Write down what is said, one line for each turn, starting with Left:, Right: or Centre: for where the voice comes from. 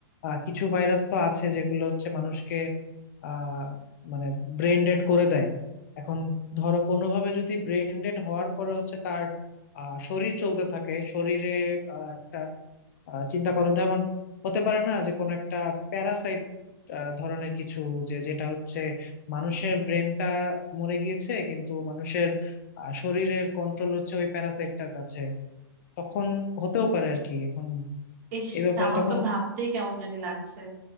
Left: আহ, কিছু ভাইরাস তো আছে যেগুলো হচ্ছে মানুষকে আহ মানে ব্রেন ডেড করে দেয় এখন ধরো কোনোভাবে যদি ব্রেন ডেড হওয়ার পরে হচ্ছে তার আহ, শরীর চলতে থাকে শরীরে আহ, একটা আহ, চিন্তা করো যেমন হতে পারে না যে কোনো একটা প্যারাসাইট ধরনের কিছু যে যেটা হচ্ছে মানুষের ব্রেনটা মরে গিয়েছে কিন্তু মানুষের আহ, শরীরের কন্ট্রোল হচ্ছে ওই প্যারাসাইটটার কাছে তখন হতেও পারে আর কি এখন
Right: ইস
Left: এ ব্যাপারে
Right: আমার
Left: তখন
Right: তো ভাবতেই কেমন জানি লাগছে